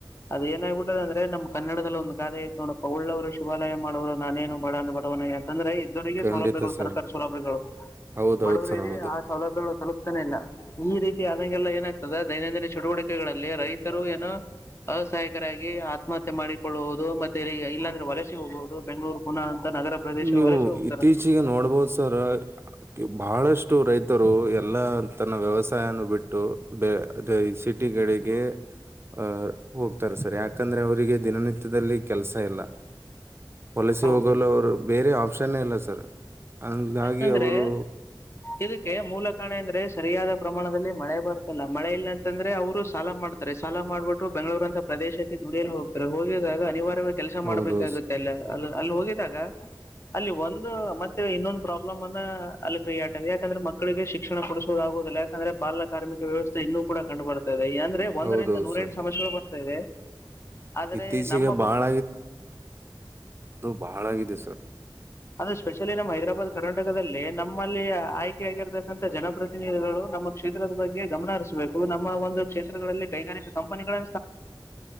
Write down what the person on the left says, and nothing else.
ಅದ ಏನಾಗ್ಬಿಡದ ಅಂದ್ರೆ ನಮ್ ಕನ್ನಡದದಲ್ಲಿ ಒಂದು ಗಾದೆ ನೋಡಪ್ಪ ಉಳ್ಳವರು ಶುಭಾಲಯ ಮಾಡೋವರು ನಾನೇನು ಬಡ ಬಡವನ ತಂದ್ರೆ ಇದ್ದವರಿಗೆ
ಸೌಲಭ್ಯಗಳು
ಸರ್ಕಾರಿ ಸೌಲಭ್ಯಗಳು
ಬಡವರಿಗೆ
ಆ ಸೌಲಭ್ಯಗಳು ತಲುಪ್ತಾನೇ ಇಲ್ಲ ಈ ರೀತಿ ಆದಂಗೆಲ್ಲ ಏನಾಗ್ತದೆ ದೈನಂದಿನ ಚಟುವಟಿಕೆಗಳಲ್ಲಿ ರೈತರು ಏನುೋ ವ್ಯವಸಹಾಯಕರಾಗಿ ಆತ್ಮಹತ್ಯೆ ಮಾಡಿಕೊಳ್ಳುವಹುದು ಮತ್ತೆಗ ಇಲ್ಲಾಂದ್ರೆ ವಲಸೆ ಹೋಗುವಹುದು ಬೆಂಗಳೂರು ಪುನಃ ನಗರ ಪ್ರದೇಶ
ವಲಸೆ ಹೋಗ್ತಾರೆ
ಹೌದು
ಯಾಕಂದ್ರೆ
ಇದಕ್ಕೆ ಮೂಲಕ ಅಂದ್ರೆ ಸರಿಯಾದ ಪ್ರಮಾಣದಲ್ಲಿ ಮಳೆ ಬರ್ತಲ್ಲ ಮಳೆ ಇಲ್ಲ ಅಂತಂದ್ರೆ ಅವರು ಸಾಲ ಮಾಡ್ತಾರೆ ಸಾಲ ಮಾಡ್ಬಿಟ್ಟು ಬೆಂಗಳೂರು ಅಂತ ಪ್ರದೇಶಕ್ಕೆ ದುಡಿಯಲು ಹೋಗ್ತಾರೆ ಹೋಗಿದಾಗ ಅನಿವಾರ್ಯ ಕೆಲಸ ಮಾಡ್ಬೇಕಾಗುತ್ತೆ
ಅಲ್ಲ ಅ ಅಲ್ಲಿ ಹೋಗಿದಾಗ ಅಲ್ಲಿ ಒಂದು ಮತ್ತೆ ಇನ್ನೊಂದು ಪ್ರಾಬ್ಲಮ್ ಅಲ್ಲಿ ಕ್ರಿಯೇಟ್ ಆಗ ಯಾಕಂದ್ರೆ ಮಳಿಗೆ ಶಿಣ ಕೊಡಿಸುವುದುುದಗುದಿಲ್ಲ ಯಾಕಂದ್ರೆ ಬಾಲ ಕಾರ್ಮಿಕ ವ್ಯವಸ್ಥೆ ಇನ್ನುೂ ಕೂಡ ಕಂಡ ಬರ್ತ ಇದೆ ಅಂದ್ರೆ ಒಂದರಿಂತ
ನೂರಂಟು
ಸಮಸ್ಯೆಗಳು ಬರ್ತಾ ಇದೆ ಆದ್ರೆ
ನಮ್ಮಬ
ಅದು ಸ್ಪೆಷಲಿ ನಮ್ಮ್ ಹೈದರಾಬಾದ್ ಕರ್ನಾಟಕದಲ್ಲಿ ನಮ್ಮಲ್ಲಿ ಆಯ್ಕೆ ಆಗಿರ್ತಕ್ಕಂಥ ಜನಪ್ರತಿನಿಧಿಗಳು ನಮ್ಮ ಕ್ಷೇತ್ರದ ಬಗ್ಗೆ ಗಮನ ಹರಿಸಬೇಕು ನಮ್ಮ ಒಂದು ಕ್ಷೇತ್ರಗಳಲ್ಲಿ ಕೈಗಾರಿಕ ಕಂಪನಿಗಳನ್ನುಾ